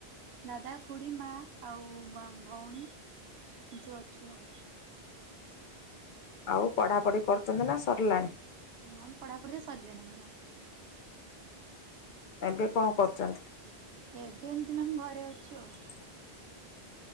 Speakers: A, on the right (about 75°); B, on the left (about 55°).
A: ଦାଦା ଖୁଡି ମା ଆଉ ଭଉଣୀ ଯ ଅଛୁ ଆଉ।
B: ଆଉ ପଢ଼ାପଢ଼ି କରୁଛନ୍ତି ନା ସରିଲାଣି।
A: ହଁ ପଢ଼ା ପଢି ସରିଲାଣି ମୋର।
B: ଏବେ କଣ କରୁଛନ୍ତି?
A: ଏବେ ଏମିତି ମାମ ଘରେ ଅଛି ଆଉ।
B: <inaudible>